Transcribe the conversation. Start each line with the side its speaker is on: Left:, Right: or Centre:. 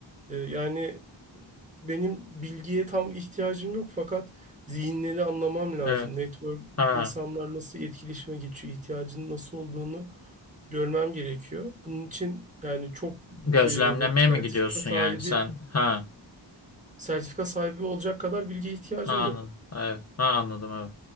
Right: E, yani benim bilgiye tam ihtiyacım yok fakat zihinleri anlamam lazım.
Left: Evet.
Right: Network,
Left: Ha,
Right: insanlar nasıl etkileşime geçiyor, ihtiyacının nasıl olduğunu görmem gerekiyor. Bunun için yani çok
Left: gözlemlemeye
Right: e, böyle sertifika
Left: mi gidiyorsun
Right: sahibi
Left: yani sen? Ha.
Right: sertifika sahibi olacak kadar bilgiye ihtiyacım
Left: Ha,
Right: yok.
Left: anladım. Evet. Ha, anladım evet.